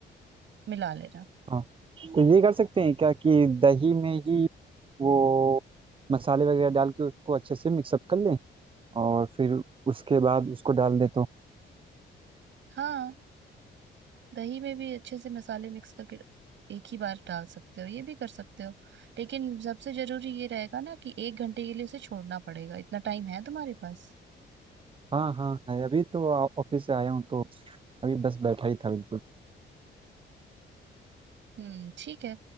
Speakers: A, on the right; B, on the right.
A: मिला लेना
B: हाँ। तो ये कर सकते हैं क्या कि दही में ही वो मसाले वगैरह डाल के उसको अच्छे से मिक्सअप कर लें और फिर उसके बाद उसको डाल दें तो
A: हाँ दही में भी अच्छे से मसाले मिक्स करके एक ही बार डाल सकते हो ये भी कर सकते हो लेकिन सबसे जरूरी ये रहेगा ना कि एक घंटे के लिए उसे छोड़ना पड़ेगा इतना टाइम है तुम्हारे पास
B: हाँ हाँ है अभी तो आ- ऑफिस से आया हूँ तो अभी बस बैठा ही था बिल्कुल
A: हम्म ठीक है